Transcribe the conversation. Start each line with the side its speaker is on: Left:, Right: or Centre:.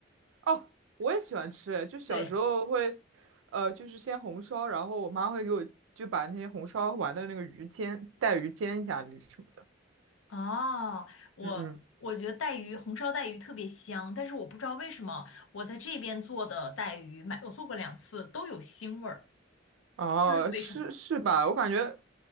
Right: 哦，我也喜欢吃，就小时候会，
Left: 对，
Right: 呃，就是先红烧，然后我妈会给我就把那些红烧完的那个鱼煎，带鱼煎一下那什么的。
Left: 哦，我我觉得带鱼红烧带鱼特别香，
Right: 嗯嗯
Left: 但是我不知道为什么我在这边做的带鱼，买我做过两次都有腥味儿，
Right: 哦，
Left: 不知道为什么。
Right: 是是吧？我感觉